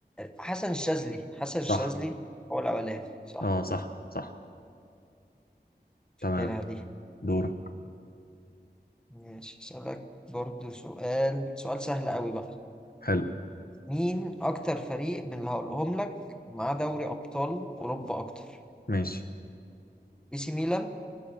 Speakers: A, in the centre; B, on the left (about 60°).
A: حسن الشاذلي حسن
B: صح
A: الشاذلي هو الأولاني صح
B: اه صح صح تمام
A: فاكرها دي
B: دورك
A: ماشي أسألك برضو سؤال سؤال سهل قوي بقى
B: حلو
A: مين أكتر فريق من اللي هقولهم لك مع دوري أبطال أوروبا أكتر
B: ماشي
A: إي سي ميلان